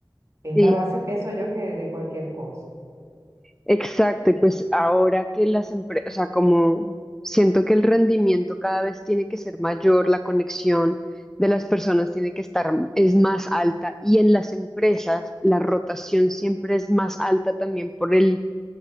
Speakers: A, on the right; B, in the centre.
A: Es
B: ¿sí?
A: la base, pienso yo, que de cualquier cosa.
B: Exacto, y pues ahora que las empresas, o sea, como siento que el rendimiento cada vez tiene que ser mayor, la conexión de las personas tiene que estar, es más alta, y en las empresas la rotación siempre es más alta también por el,